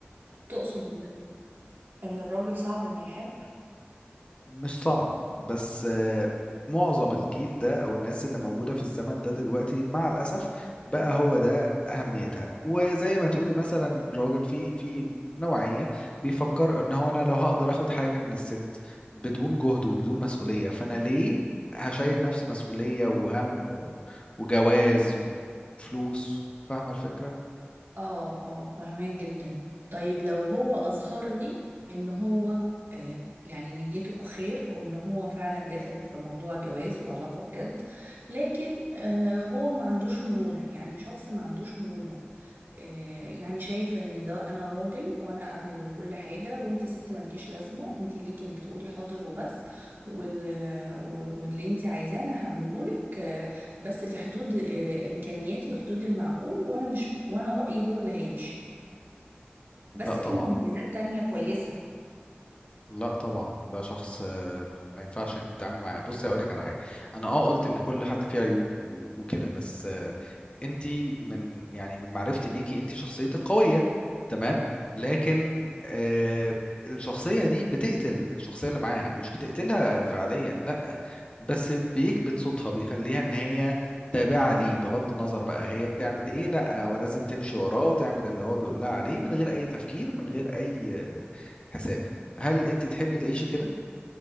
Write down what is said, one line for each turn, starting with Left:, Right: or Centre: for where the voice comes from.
Right: تقصد ان إن الراجل صعب انه يحب
Left: مش صعب بس آه، معظم الجيل ده او الناس اللي موجوده في الزمن ده دلوقتي مع الاسف بقى هو ده اهميتها وزي ما تقولي مثلا راجل في في نوعيه بيفكر ان هو انا لو هقدر اخد حاجه من الست بدون جهد وبدون مسؤوليه فانا ليه هشيل نفسي مسؤوليه وهم و- وجواز وفلوس فاهمه الفكره
Right: اه اه فاهماك جدا طيب لو هو اظهر لي ان هو آه يعني نيته خير وان هو فعلا داخل في موضوع جواز وعلاقة بجد لكن آه هو ما عندوش مرونة يعني شخص ما عندوش مرونة آه، يعني شايف ان ده انا راجل وانا اعمل كل حاجه وانتي ست مالكيش لازمه انتي ليكي انك تقولي حاضر وبس وال... و- واللي انتي عايزاه انا هعمله لك آه، بس في حدود آه، امكانياتي وحدود المعقول وانا مش وانا رايي هو اللي هيمشي بس
Left: لا طبعا
Right: في مميزات تانية كويسه
Left: لا طبعا ده شخص آه، ما ينفعش انت تتعاملي معاه بصي اقول لك على حاجه انا اه قلت ان كل حد فيه عيوب و- وكده بس آه، انت من يعني من معرفتي بيكي انت شخصيتك قويه تمام لكن آه الشخصيه دي بتقتل الشخصيه اللي معاها مش بتقتلها فعليا لا بس بيكبت صوتها بيخليها ان هي تابعة ليه بغض النظر بقى هي بتعمل ايه لا ولازم تمشي وراه تعمل اللي هو بيقول لها عليه من غير اي تفكير من غير اي آه، حساب هل انت تحبي تعيشي كده